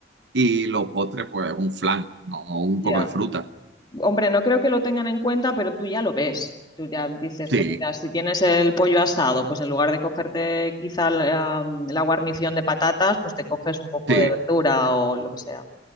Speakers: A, on the right; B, on the left.
A: y los postres, pues un flan, ¿no? o un
B: Ya.
A: poco de fruta.
B: Hombre, no creo que lo tengan en cuenta, pero tú ya lo ves. Tú ya dices,
A: Sí,
B: pues mira, si tienes el pollo asado, pues en lugar de cogerte quizá la, mm, la guarnición de patatas, pues te coges un poco
A: sí.
B: de verdura o lo que sea,